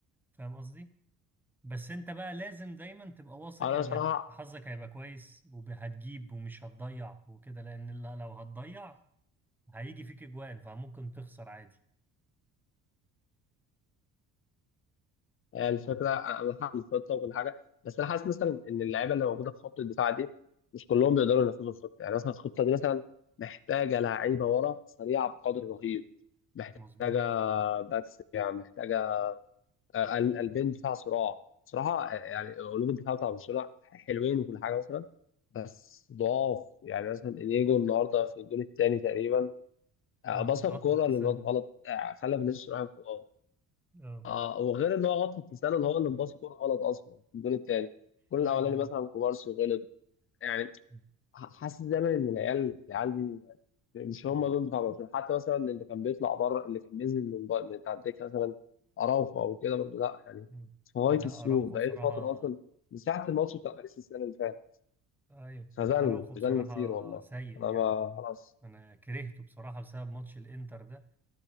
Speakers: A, in the centre; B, on the left.
A: فاهم قصدي؟ بس انت بقى لازم دايما تبقى واثق
B: انا
A: انك
B: بصراحه
A: حظك هيبقى كويس وهتجيب ومش هتضيع وكده لان لا- لو هتضيع هيجي فيك اجوان فممكن تخسر عادي
B: يعني الفكره انا أنا حاسس الخطه وكل حاجه بس انا حاسس مثلا ان اللعيبه اللي موجوده في خط الدفاع دي مش كلهم بيقدروا ينفذوا الخطه يعني مثلا الخطه دي مثلا محتاجه لعيبه ورا سريعه بقدر رهيب محتاجه
A: مظبوت
B: باكس يعني محتاجه آه، ال- البين بتاع صراع صراحة آه، يعني قلوب الدفاع بتاع برشلونة حلوين وكل حاجة مثلا بس ضعاف يعني مثلا انيجو النهارده في الجول الثاني تقريبا آه،
A: مم.
B: بص
A: غطى
B: الكورة
A: التسلل
B: للواد غلط آه، خلى فينيسيوس رايح انفراد
A: اه
B: اه وغير ان هو غلط في التسلل هو اللي مباص الكورة غلط اصلا في الجول الثاني الجول
A: ايوه
B: الاولاني مثلا
A: ايوه
B: كوبارسي غلط يعني
A: مم.
B: حاسس دايما ان العيال العيال دي يعني مش
A: مم.
B: هم دول بتاع برشلونه حتى مثلا اللي كان بيطلع بره اللي كان بينزل من بره من بتاع الدكه مثلا اراوخو او كده برضه لا يعني
A: مم.
B: في غايه
A: لا
B: السوق
A: اراوخو
B: بقاله
A: بصراحة
B: فتره اصلا من ساعه الماتش بتاع باريس السنه اللي فاتت
A: ايوه
B: خذلنا
A: لا اراوخو بصراحة
B: خذلنا كتير والله
A: سيء
B: انا
A: يعني
B: ما خلاص
A: انا كرهته بصراحة بسبب ماتش الانتر ده